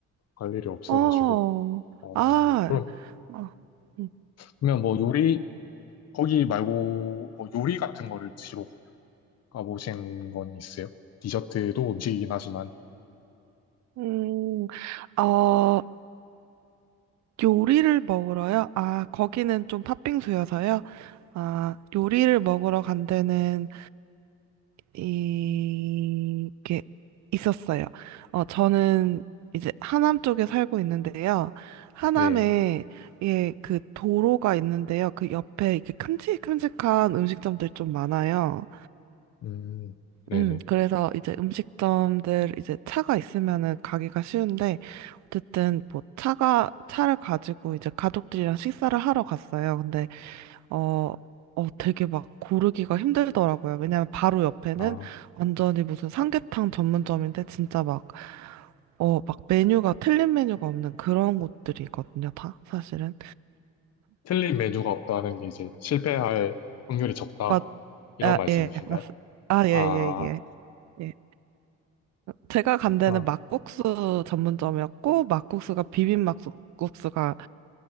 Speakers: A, on the left; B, on the right.
A: 갈 일이 없어가지고.
B: 어,
A: 어,
B: 아,
A: 네. 그럼,
B: 어, 음,
A: 그러면 뭐 요리, 거기 말고 뭐 요리 같은 거를 드시러 가보신 건 있어요? 디저트도 음식이긴 하지만,
B: 음, 어, 요리를 먹으러요? 아, 거기는 좀 팥빙수여서요? 아, 요리를 먹으러 간 데는, 이, 게 있었어요. 어, 저는 이제 하남 쪽에 살고 있는데요. 하남에,
A: 네.
B: 예, 그 도로가 있는데요. 그 옆에 이렇게 큼직큼직한 음식점들 좀 많아요.
A: 음, 네네.
B: 음, 그래서 이제 음식점들 이제 차가 있으면은 가기가 쉬운데, 어쨌든 뭐 차가, 차를 가지고 이제 가족들이랑 식사를 하러 갔어요. 근데, 어, 어, 되게 막 고르기가 힘들더라고요. 왜냐면 바로 옆에는
A: 아,
B: 완전히 무슨 삼계탕 전문점인데, 진짜 막, 어, 막 메뉴가 틀린 메뉴가 없는 그런 곳들이 있거든요, 다, 사실은.
A: 틀린 메뉴가 없다는 게 이제 실패할 확률이 적다.
B: 맞,
A: 이런
B: 아,
A: 말씀이신가요?
B: 예, 맞, 아, 예, 예,
A: 아,
B: 예. 예. 제가 간 데는
A: 아,
B: 막국수 전문점이었고, 막국수가 비빔 막국수가,